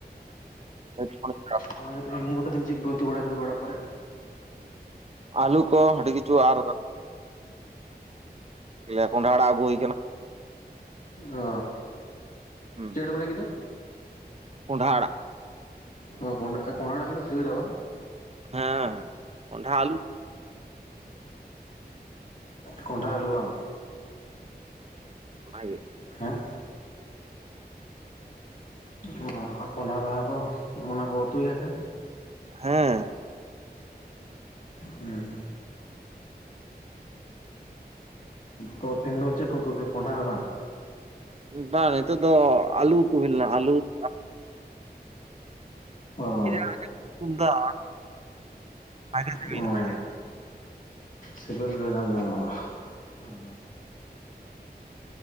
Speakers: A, on the right; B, on the left.
A: <unintelligible>
B: ᱚᱱᱟ ᱜᱮ ᱛᱚᱵᱮ ᱱᱤᱭᱟᱹ ᱠᱚᱴᱟ ᱫᱤᱱ ᱪᱮᱫ ᱠᱚ ᱯᱮ ᱩᱛᱩ ᱵᱟᱲᱟ ᱫᱟ ᱛᱚᱵᱮ ᱚᱲᱟᱜ ᱠᱚᱨᱮ?
A: ᱟᱹᱞᱩ ᱠᱚ ᱟᱹᱰᱤ ᱠᱤᱪᱷᱩ ᱟᱨ ᱞᱮ ᱠᱚᱸᱰᱷᱟ ᱟᱲᱟᱜ ᱟᱹᱜᱩ ᱦᱩᱭ ᱠᱟᱱᱟ
B: ᱚ,
A: ᱦᱩᱸ
B: ᱪᱮᱫ ᱮᱢ ᱞᱟᱹᱭ ᱠᱮᱫᱟ?
A: ᱠᱚᱸᱰᱷᱟ ᱟᱲᱟᱜ᱾
B: ᱦᱳᱭ ᱠᱚᱸᱰᱷᱟ ᱠᱚᱸᱰᱷᱟ ᱟᱲᱟᱜ ᱠᱤᱱᱛᱩ ᱥᱤᱵᱤᱞᱼᱟ ᱵᱟᱝ?
A: ᱦᱮᱸ ᱠᱚᱸᱵᱷᱟ ᱟᱞᱩ
B: ᱠᱚᱸᱰᱷᱟ ᱟᱹᱞᱩ ᱵᱟᱝ?
A: ᱚᱱᱟ ᱜᱮ
B: ᱦᱮᱸᱜ <unintelligible> ᱼᱼ ᱚ ᱠᱚᱸᱰᱷᱟ ᱵᱟᱦᱟ ᱦᱚᱸᱠᱚ ᱚᱱᱟ ᱠᱚ ᱩᱛᱩᱭᱟ ᱥᱮ?
A: ᱦᱮᱸ
B: ᱦᱩᱸ᱾ ᱛᱚ ᱛᱮᱦᱮᱧ ᱫᱚ ᱪᱮᱫ ᱯᱮ ᱩᱛᱩ ᱞᱮᱫ ᱛᱟᱦᱮᱸ ᱠᱚᱸᱰᱷᱟ ᱜᱮ ᱵᱟᱝ?
A: ᱵᱟᱝ, ᱱᱤᱛᱚᱜ ᱫᱚ ᱟᱞᱩ ᱩᱛᱩ ᱦᱩᱭ ᱞᱮᱱᱟ ᱟᱞᱩ ᱾
B: ᱚ
A: <unintelligible> ᱫᱚ ᱵᱷᱟᱜᱮ ᱥᱤᱵᱤᱞ
B: ᱚ
A: ᱠᱟᱱ ᱛᱟᱦᱮᱫ
B: ᱥᱤᱵᱤᱞ ᱫᱚ ᱠᱟᱱᱟᱢᱚᱜᱼᱟ, ᱟᱫᱚ